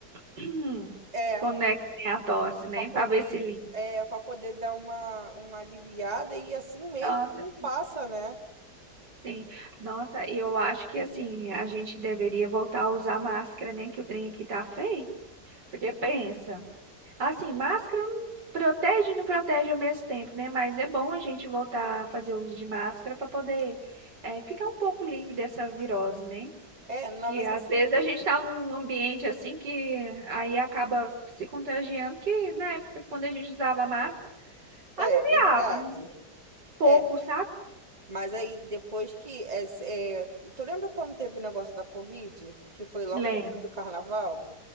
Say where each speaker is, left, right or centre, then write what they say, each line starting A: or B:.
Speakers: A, on the right (about 85°); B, on the right (about 20°).
A: <clears throat>
B: É,
A: conectem a tosse, né?
B: pra poder,
A: Pra ver se limpa.
B: é, para poder dar uma, uma aliviada e assim mesmo
A: Nossa,
B: não passa, né?
A: sim. Nossa, eu acho que assim, a gente deveria voltar a usar máscara, né? Que o trem aqui tá feio. Porque pensa, assim, máscara não protege e não protege ao mesmo tempo, né? Mas é bom a gente voltar a fazer uso de máscara para poder eh, ficar um pouco livre dessa virose, né?
B: É, não,
A: Que
B: mas
A: às
B: assim,
A: vezes a gente está num ambiente assim que aí acaba se contagiando, que na época, quando a gente usava máscara, aliviava
B: é verdade.
A: né, um pouco,
B: É,
A: sabe?
B: Mas aí, depois que. É, é, tu lembra quando teve o negócio da Covid? Que foi logo
A: Lembro,
B: depois do carnaval?